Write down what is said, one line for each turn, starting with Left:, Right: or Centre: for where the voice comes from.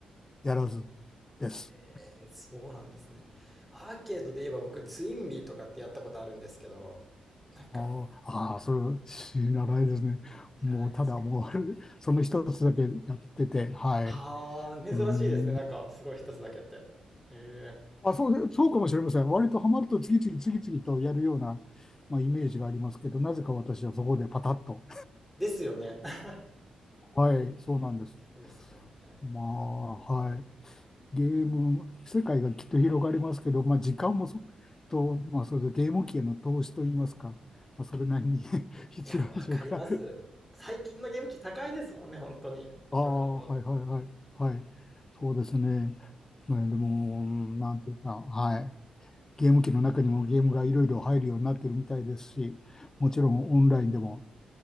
Left: やらずです。
Centre: えー、そうなんですね。アーケードで言えば僕、ツインビーとかってやったことあるんですけど、なんか、
Left: ああ、ああそれは知らないですね。
Centre: 知らないですか。
Left: もう、ただもう <laughs> その一つだけやってて、はい。
Centre: ああ、
Left: う
Centre: 珍しいですね。
Left: ーん。
Centre: なんか、すごい一つだけって。ええ
Left: あ、そうで、そうかもしれません。割とハマると次々次々とやるような、まあ、イメージがありますけど、なぜか私はそこでパタッと。
Centre: ですよね。<laughs>
Left: はい、そうなんです。
Centre: そうですよねね
Left: まあ、はい。ゲーム、世界がきっと広がりますけど、まあ、時間もそ、と、まあ、それでゲーム機への投資といいますか、まあ、それなりに <laughs> 必要でしょうから。
Centre: いいいいやわかりますす最近のゲーム機高いですもんね本当にいろいろと
Left: ああ、はいはいはい。はい。そうですね。ねでも、なんていうか、はい。ゲーム機の中にもゲームがいろいろ入るようになってるみたいですし、もちろんオンラインでも、